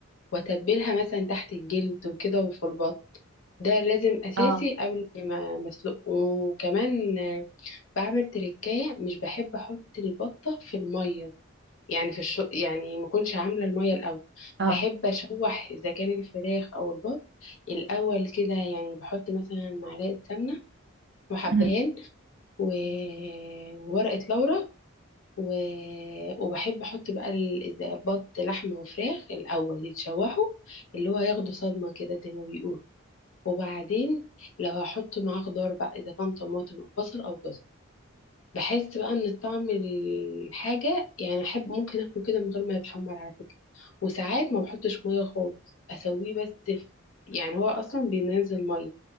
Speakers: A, on the left; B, on the right.
A: واتبلها مثلا تحت الجلد وكده وفي البط ده لازم اساسي
B: اه
A: قبل ما مسلوق وكمان آه، بعمل تركاية مش بحب احط البطة في المية يعني في الشو... يعني ما كنتش عامله الميه الاول
B: اه
A: بحب اشوح اذا كان الفراخ او البط الاول كده يعني بحط مثلا معلقه سمنه وحبهان
B: مهم،
A: و... وورقه لورا و... وبحب احط بقى ال- إذا بط لحمه وفراخ الاول يتشوحوا اللي هو ياخدوا صدمه كده زي ما بيقولوا وبعدين لو هحط معاه خضار بقى اذا كان طماطم او بصل او جزر بحس بقى ان الطعم الحاجه يعني احب ممكن اكله كده من غير ما يتحمر على فكرة. وساعات ما بحطش ميه خالص اسويه بس في يعني هو اصلا بينزل ميه